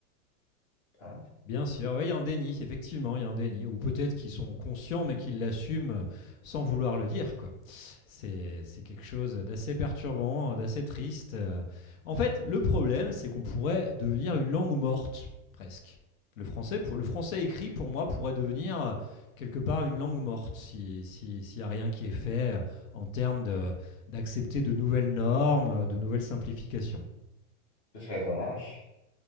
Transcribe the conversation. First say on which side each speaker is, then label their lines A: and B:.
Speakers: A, on the left (about 25°); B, on the left (about 70°).
A: hein.
B: Bien sûr, Ouais, il y a un déni, effectivement, il y a un déni. Ou peut-être qu'ils sont conscients mais qu'ils l'assument sans vouloir le dire, quoi. C'est c'est quelque chose d'assez perturbant, d'assez triste. Euh, En fait, le problème, c'est qu'on pourrait devenir une langue morte, presque. Le français, pour- le français écrit, pour moi, pourrait devenir euh, quelque part une langue morte si- si- s'il n'y a rien qui est fait euh, en termes de- d'accepter de nouvelles normes, euh, de nouvelles simplifications.
A: C'est très dommage.